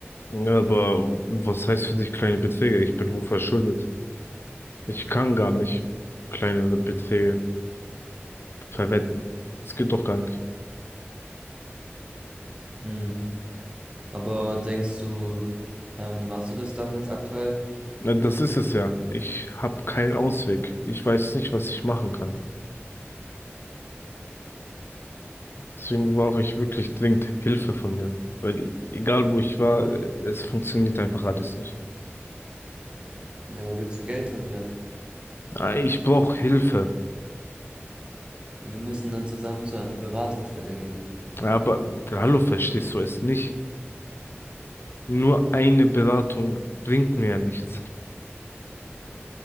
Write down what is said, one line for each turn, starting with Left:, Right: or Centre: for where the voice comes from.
Left: Ja, aber was heißt für dich kleine Beträge? Ich bin hochverschuldet. Ich kann gar nicht kleinere Beträge verwetten. Das geht doch gar nicht.
Right: Hm. Aber denkst du, ja, und wie machst du das dann jetzt aktuell?
Left: Na, das ist es ja. Ich habe keinen Ausweg. Ich weiß nicht, was ich machen kann. Deswegen brauche ich wirklich dringend Hilfe von dir. Weil egal wo ich war, äh, es funktioniert einfach alles nicht.
Right: Ja, aber willst du Geld von mir?
Left: Ah, Ich brauche Hilfe.
Right: Ja, wir müssen dann zusammen zu einer Beratungsstelle gehen.
Left: Ja, Aber hallo, verstehst du es nicht? Nur eine Beratung bringt mir ja nichts.